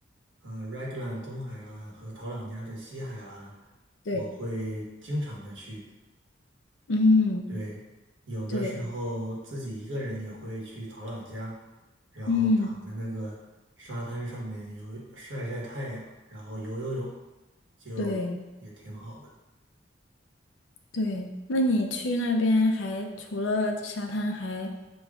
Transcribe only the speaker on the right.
呃 r e g l a n 东海岸和陶朗加的西海岸，
我会经常的去。
对，有的时候自己一个人也会去曹朗家，
然后躺在那个沙滩上面游，
晒晒太阳，然后游游泳，就也挺好的。